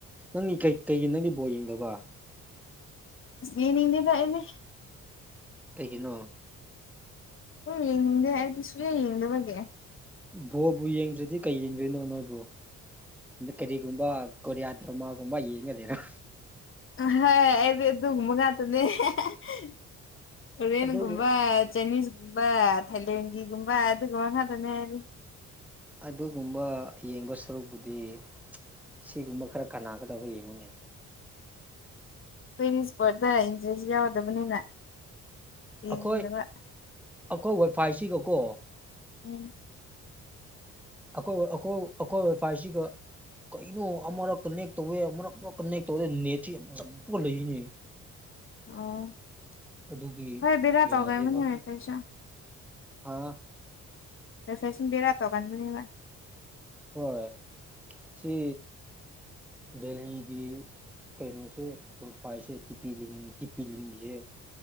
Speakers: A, in the centre; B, on the left.
A: ꯅꯪꯒꯤ ꯀꯩ ꯀꯩꯒꯤ ꯅꯪꯒꯤ ꯕꯣꯜ ꯌꯦꯡꯗꯕ
B: ꯑ꯭ꯁ ꯌꯦꯡꯅꯤꯡꯗꯦꯗ ꯑꯩꯗꯤ
A: ꯀꯩꯒꯤꯅꯣ
B: ꯌꯦꯡꯅꯤꯡꯗꯦ ꯑꯩꯗꯤ ꯁꯨꯡꯌꯦꯡ ꯌꯦꯡꯗꯕꯒꯤ ꯅꯦ
A: ꯕꯣꯜꯕꯨ ꯌꯦꯡꯗ꯭ꯔꯗꯤ ꯀꯩ ꯌꯦꯡꯗꯣꯏꯅꯣ ꯅꯣꯏꯕꯨ ꯗ ꯀꯔꯤ ꯒꯨꯝꯕꯥ ꯀꯣꯔꯤꯌꯥꯗ꯭ꯔꯃꯥ ꯒꯨꯝꯕ ꯌꯦꯉ ꯂꯩꯔ
B: ꯑꯍꯣꯏ ꯑꯩꯗꯤ ꯑꯗꯨꯒꯨꯝꯕ ꯉꯥꯛꯇꯅꯦ <unintelligible>
A: ꯑꯗꯨꯕꯨ
B: <unintelligible> ꯆꯥꯏꯅꯤꯁ ꯕ ꯊꯥꯏꯂꯦꯟꯒꯤꯒꯨꯝꯕ ꯑꯗꯨꯒꯨꯝꯕ ꯉꯥꯇꯅꯦ ꯑꯩꯗꯤ
A: ꯑꯗꯨꯒꯨꯝꯕ ꯌꯦꯡꯕ ꯁꯔꯨꯛꯄꯨꯗꯤ ꯁꯤꯒꯨꯝꯕ ꯈꯔ ꯀꯅꯥꯒꯗꯕ ꯌꯦꯡꯉꯨꯅꯦ
B: ꯀꯩꯒꯤ ꯏ꯭ꯁꯄꯣꯠꯇ ꯏꯟꯇ꯭ꯔꯦꯁ ꯌꯥꯎꯗꯕꯅꯤꯅ ꯌꯦꯡꯗꯕ
A: ꯑꯩꯈꯣꯏ <unintelligible>
B: ꯎꯝ
A: <unintelligible> ꯐꯥꯁꯤꯒ ꯀꯩꯅꯣ ꯑꯃꯔꯛ ꯀꯟꯅꯦꯛ ꯇꯧꯋꯦ ꯑꯃꯨꯔꯛ ꯄꯥꯛ ꯀꯟꯅꯦꯛ ꯇꯧꯋꯦ ꯅꯦꯠꯁꯤ ꯆꯞꯄꯒ ꯂꯩꯏꯅꯦ
B: <unintelligible>
A: ꯑꯗꯨꯒꯤ
B: ꯍꯣꯏ ꯕꯦꯔꯥ ꯇꯧꯒꯟꯕꯅꯦ
A: ꯌꯥꯗꯦꯕ
B: ꯑꯩꯈꯣꯏꯁꯨ
A: ꯍꯥ
B: <unintelligible> ꯇꯧꯒꯟꯕꯅꯤꯕ
A: ꯍꯣꯏ ꯁꯤ ꯗꯦꯜꯂꯤꯒꯤ ꯀꯩꯅꯣꯁꯦ ꯋꯥꯏꯐꯥꯏꯁꯦ ꯏꯄꯤꯂꯤꯡ ꯏꯄꯤꯂꯤꯡꯒꯤꯌꯦ